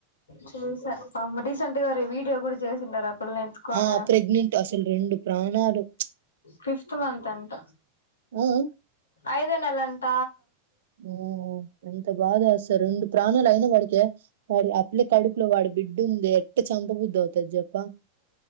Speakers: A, on the left; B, on the right.
A: చూస రీసెంట్ గా వీడియో కూడ చేసిన్నారు ఇ ఎత్తుకని
B: ఆ! ప్రెగ్నెంట్ అసలు ప్రాణాలు
A: ఫిఫ్త్ మంత్స్ అంట
B: ఉ ఉ
A: ఐదో నెలా అంట
B: ఓ ఎంత బాధ అసార్ రెండు ప్రాణాలు అయినా వాడికి అట్లే కడుకులో వాడి బిడ్డ ఉందే ఎట్ట చంపబుద్దు అవుతది జప్పు